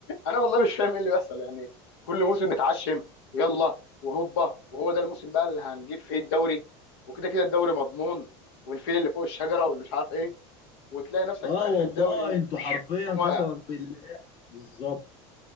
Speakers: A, on the left; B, on the left.
A: انا والله مش فاهم ايه اللي بيحصل يعني كل موسم نتعشم ويلا وهوبا وهو ده الموسم بقى اللي هنجيب فيه الدوري وكده كده الدوري مضمون والفيل اللي فوق الشجره واللي مش عارف إيه. وتلاقي نفسك
B: اه
A: في اخر
B: والله
A: الدوري و-
B: انتوا حرفيا
A: تقوم
B: قسما
A: واقع
B: بالله بالظبط